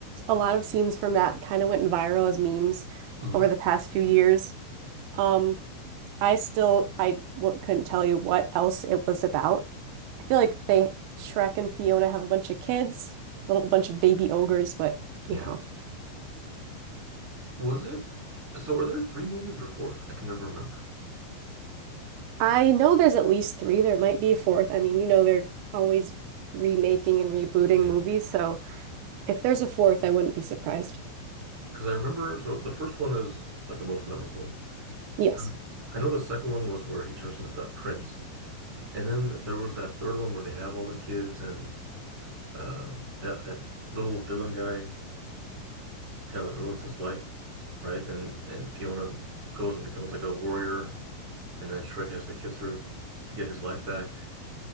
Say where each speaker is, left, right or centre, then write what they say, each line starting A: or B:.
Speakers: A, on the right (about 75°); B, on the right (about 35°).
A: a lot of scenes from that kind of went viral as memes
B: hmm
A: over the past few years. Um I still I w couldn't tell you what else it was about. I feel like they Shrek and Fiona have a bunch of kids, little bunch of baby ogres, but
B: Yeah.
A: you know.
B: Was it? So are there three movies or four? I can never remember.
A: I know there's at least three. There might be a fourth. I mean, you know, they're always remaking and rebooting
B: Yeah.
A: movies, so If there's a fourth, I wouldn't be surprised.
B: Because I remember so the first one is like the most memorable.
A: Yes.
B: Then I know the second one was where he turns into that prince. And then there was that third one where they have all the kids and um that that little villain guy kind of like ruins his life, right? And and Fiona goes and becomes like a warrior and then Shrek has to kiss her to get his life back.